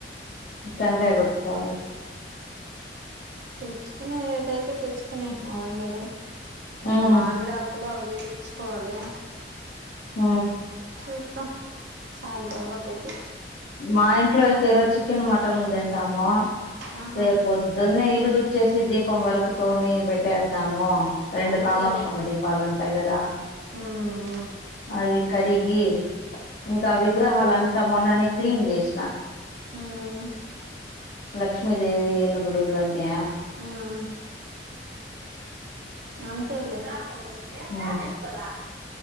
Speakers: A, on the left (about 60°); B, on the right (about 75°).
A: టెంకాయ గోట్ పాల్
B: తెచ్చుకునే ఏదైత్ తే తెచ్చుకునే నావ అన్నీ ఇంగ
A: ఉమ్
B: మామిడ ఆకులావ్ ఇగ తెచ్చుకోవాలే
A: ఉ
B: కొత్త సాయంత్రం గాపోతే
A: మా ఇంట్లో ఇంకా ఈ రోజు చికెన్ మటన్ ఉందే టమో
B: ఆహా
A: రేపు పోద్దునే ఇల్ దుర్చేసి దీపం వరకు తోమి పెట్టేద్దాము రెండు
B: అంతేలే
A: కామాక్ష అమ్మ దీపాలు ఉంటాయి కదా
B: ఉమ్
A: అవి కడిగి ఇంకా విగ్రహాలఅంతా మొన్ననే క్లీన్ జేసిన
B: ఉమ్ ఉమ్
A: లక్ష్మీదేవి ఏనుగులు వన్య
B: ఉమ్ అంతేలే నేప్యా
A: ఆ
B: తీసుకురా